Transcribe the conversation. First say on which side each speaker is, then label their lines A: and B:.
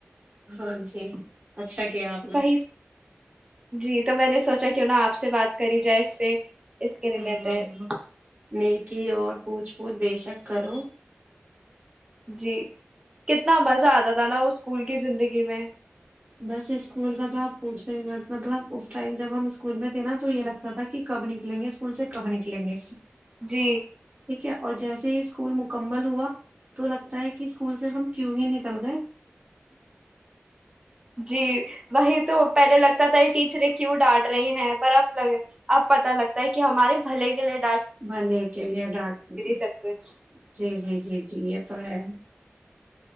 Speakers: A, on the right (about 35°); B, on the right (about 20°).
A: ہاں جی اچھا کیا آپ نے
B: وہی جی تو میں نے سوچا کیوں نہ آپ سے بات کری جائے اس سے اس کے ریلیٹڈ
A: ہاں ہاں نیکی اور پوچھ پوچھ بیے شک کرو
B: جی کتنا مزہ آتا تھا نا وہ اسکول کی زندگی میں
A: بس اسکول کا تھا آپ پوچھو ہی مطلب اس ٹائم جب ہم اسکول میں تھے نا تو یہ لگتا تھا کہ کب نکلیں گے اسکول سے کب نکلیں گے
B: جی
A: ٹھیک ہے اور جیسے ہی اسکول مکمل ہوا تو لگتا ہے کہ اسکول سے ہم کیوں ہی نکل گئے
B: جی وہی تو پہلے لگتا تھا ٹیچریں کیوں ڈانٹ رہی ہیں پر اب اب پت لگتا ہے کہ ہمارے بھلے گلے
A: میں لے کے لیے ڈانٹتی تھی
B: سب کچھ
A: جی جی جی جی یہ تو ہے